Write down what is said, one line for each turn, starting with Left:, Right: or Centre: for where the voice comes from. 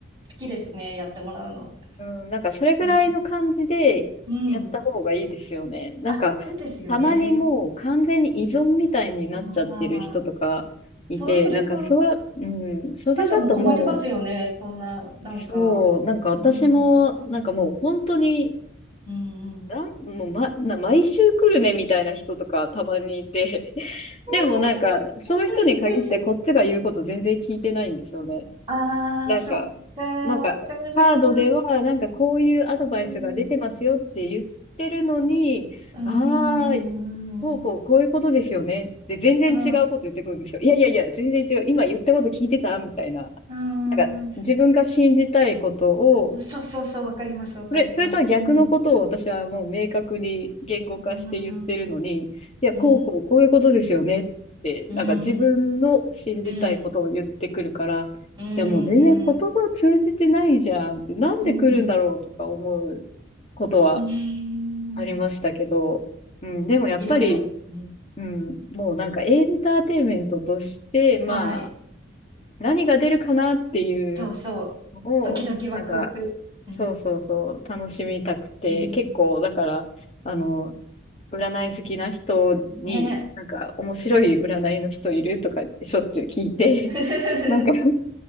Right: 好きですね、やってもらうの。
Left: うん、なんかそれぐらいの感じでやった方がいいですよね。
Right: うん。うん。
Left: なんか
Right: あ、そうですよね。
Left: たまにもう完全に依存みたいになっちゃってる人とかいて、
Right: ああ、そうすると、
Left: なんかそう、うん、それだともう
Right: ちかさんも困りますよね。そんな、なんか。
Left: そう、なんか私も、
Right: うん、
Left: なんかもう本当に、
Right: うん、うん。
Left: なんもうま、な、毎週来るねみたいな人とかたまにいて、<laughs> でもなんか、
Right: <laughs>
Left: そういう人に限ってこっちが言うこと全然聞いてないんですよね。
Right: ああ、
Left: なんか、
Right: そっか、
Left: なんか、
Right: わかる。
Left: カードでは、なんかこういうアドバイスが出てますよって言ってるのに、
Right: うん、うん、
Left: ああ、こうこう、
Right: う
Left: こういうことですよねって全然違うこと言ってくるんですよ。
Right: ん、
Left: いやいやいや、全然違う。今言ったこと聞いてたみたいな。
Right: うん、
Left: なんか、自分が信じたいことを、
Right: あそうそうそう、わかります、わかります。
Left: それ、それとは逆のことを私はもう明確に言語化して言ってるのに、
Right: うん、うん、うん、
Left: いや、
Right: うん、
Left: こうこう、こういうことですよねって、
Right: うん、
Left: なんか自分の信じたいことを言ってくるから、
Right: うん、
Left: いや、
Right: うん、
Left: もう全然言葉通じてないじゃんって、
Right: う
Left: なんで来るんだろうとか思うことは
Right: ん、うん。
Left: ありましたけど、うん、でもやっぱり、
Right: いろいろ。うん。
Left: うん、もうなんかエンターテインメントとして、まあ、
Right: はい。
Left: 何が出るかなっていう、
Right: そうそう。
Left: を、
Right: ドキドキワクワク。
Left: なんか、
Right: うん。
Left: そうそうそう、楽しみたくて、
Right: うん。
Left: 結構、だから、あの、占い好きな人に、
Right: ね
Left: なんか、面白い占いの人いるとかってしょっちゅう聞いて、
Right: え。
Left: <laughs> なんか、
Right: <laughs>